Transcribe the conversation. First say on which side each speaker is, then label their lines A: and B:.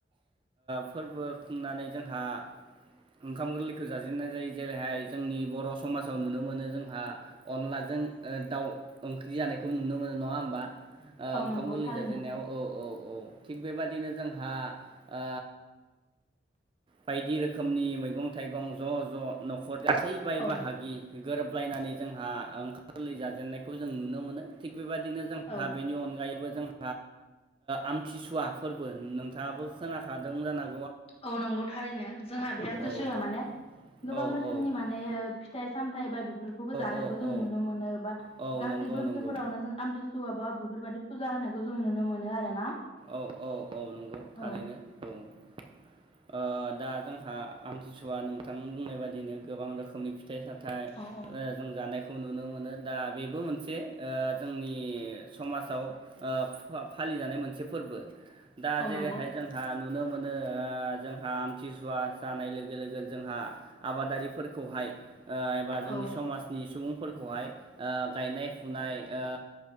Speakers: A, on the right; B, on the left.
A: फोरबो खुंनानै जोंहा ओंखाम गोरलैखौ जाजेननाय जायो जेरैहाय जोंनि बर' समाजाव नुनो मोनो जोंहा अनला जों दाउ ओंख्रि जानायखौ नुनो मोनो नङा होमबा। ओ
B: औ
A: ओंखाम
B: नंगौ
A: गोरलै
B: थारैनो।
A: जाजेननायाव औ औ औ थिग बेबादिनो जोंहा ओ बायदि रोखोमनि मैगं थाइगं ज' ज' न'खर गासै बाय
B: औ
A: बाहागि गोरोबलायनानै जोंहा ओंखारगोरलै जाजेननायखौ जों नुनो मोनो थिग बेबायदि। जोंहा
B: औ
A: बेनि अनगायैबो ओ आमथिसुवा फोरबो नोंथाङाबो खोनाखादों जानां
B: औ नंगौ थारैनो जोंहा बिराथ गोसो
A: औ
B: होआ माने गोबां
A: औ
B: रोखोमनि
A: औ
B: माने फिथाइ सामथाइ बा बेफोरखौबो जानायखौ
A: औ
B: जों
A: औ
B: नुनो मोनो बा गास
A: औ
B: गासै
A: नंगौ
B: बोसोरफोरावनो
A: नंगौ
B: जों आमथिसुवा बा बेफोरबायदि फुजा होनायखौ जों नुनो मोनो आरो ना।
A: औ औ औ नंगौ
B: औ
A: थारैनो औ। ओ दा जोंहा आमथिसुवा नोंथां बुंनाय बायदिनो गोबां रोखो रोखोमनि फिथाइ साथाय
B: औ औ
A: जों जानाय नुनो मोनो दा बेबो मोनसे ओ जोंनि समाजाव ओ फालि जानाय मोनसे फोरबो दा
B: औ
A: जेरै
B: नंगौ
A: हाय जोंहा नुनो मोनो ओ जोंहा आमथिसुवा जानाय लोगो लोगो जोंहा आबादारिफोरखौहाय ओ एबा जोंनि
B: औ
A: समाजनि सुबुंफोरखौहाय ओ गायनाय फुनाय ओ